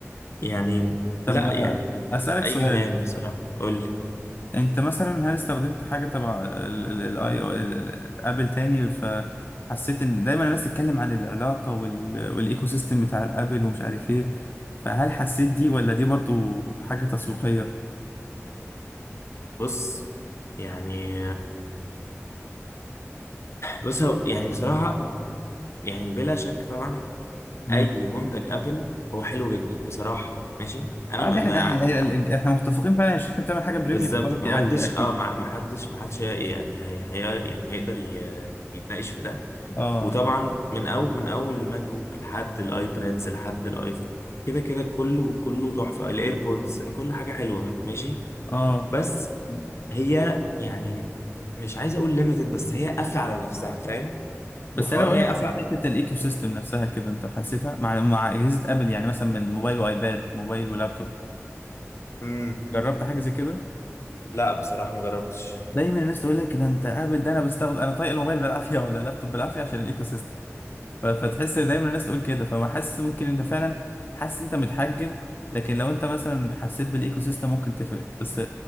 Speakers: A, on the left; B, on the left.
A: يعني
B: طب
A: لا
B: آه،
A: يعني ب-
B: اسالك
A: اي
B: سؤال
A: كلام بصراحه قول لي
B: انت مثلا هل استخدمت حاجه تبع الاي او ابل تاني فحسيت ان دايما الناس تتكلم عن العلاقه وال- والايكو سيستم بتاع الابل ومش عارف ايه فهل حسيت دي ولا دي برضو حاجه تسويقيه
A: بص يعني بص هو- يعني بصراحه يعني بلا شك طبعا
B: امم
A: اي منتج ابل هو حلو جدا بصراحه ماشي انا
B: اه
A: ما,
B: ده احنا
A: ما
B: احنا احنا متفقين فعلا الشركه بتعمل حاجه بريميوم
A: بالظبط
B: كواليتي
A: ما حدش
B: قوي ده اكيد
A: اه ما ما حدش ما حدش يعني هي هي يعني هيقدر ي- يتناقش في ده
B: اه
A: وطبعا من اول من اول الماك بوك لحد الايبادز لحد الايفون كده كده كله كله تحفه الايربودز كل حاجه حلوه ماشي
B: اه
A: بس هي يعني مش عايز اقول ليميتد بس هي قافله على نفسها فاهم
B: بس
A: وحوار
B: انا بقول
A: ان هي
B: لك
A: قافله
B: على حته الايكو سيستم نفسها كده انت حسيتها مع مع اجهزه ابل يعني مثلا من الموبايل وايباد موبايل ولابتوب
A: امم
B: جربت حاجه زي كده
A: لا بصراحه ما جربتش
B: دايما الناس تقول لك ده انت قابل ده انا بستخدم انا طايق الموبايل بالعافيه ولا اللابتوب بالعافيه عشان الايكو سيستم ف- فتحس دايما الناس تقول كده فما حاسس ممكن انت فعلا حاسس انت متحجم لكن لو انت مثلا حسيت بالايكو سيستم ممكن تفرق بس